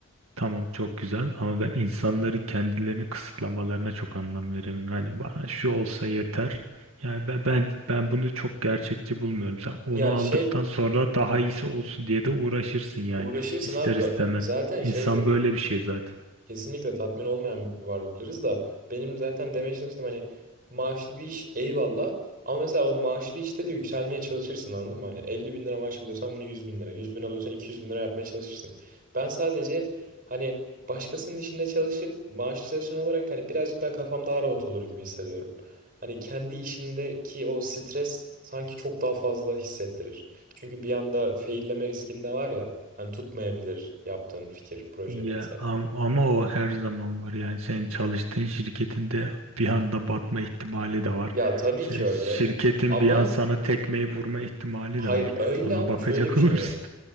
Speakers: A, on the right; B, on the right.
A: Tamam çok güzel ama ben insanların kendilerini kısıtlamalarına çok anlam veremem. Hani bana şu olsa yeter. Yani ben ben ben bunu çok gerçekçi bulmuyorum. Sen onu
B: Ya
A: aldıktan
B: şey
A: sonra daha iyisi olsun diye de uğraşırsın yani
B: uğraşırsın
A: ister
B: abi.
A: istemez.
B: Bak, Zaten
A: İnsan
B: şeyde
A: böyle bir şey zaten.
B: Kesinlikle tatmin olmayan varlıklarız da benim zaten demeye çalıştım hani maaşlı bir iş eyvallah ama mesela o maaşlı işte de yükselmeye çalışırsın anladın mı? Hani elli bin lira maaş alıyorsan bunu yüz bin lira yüz bin alıyorsan iki yüz bin lira yapmaya çalışırsın. Ben sadece hani başkasının işinde çalışıp maaşlı çalışan olarak hani birazcık daha kafam daha rahat olur gibi hissediyorum. Hani kendi işindeki o stres sanki çok daha fazla hissettirir. Çünkü bir anda failleme riskinde var ya hani tutmayabilir yaptığın fikir proje
A: Ya
B: neyse.
A: am- ama o her zaman var yani senin çalıştığın şirketinde bir anda batma ihtimali de var.
B: Ya tabii
A: Sen-
B: ki öyle.
A: Şirketin
B: Ama
A: bir an sana tekmeyi vurma ihtimali
B: hayır
A: de var.
B: öyle
A: Ona
B: ama
A: bakacak
B: şöyle bir şey
A: olursun.
B: var.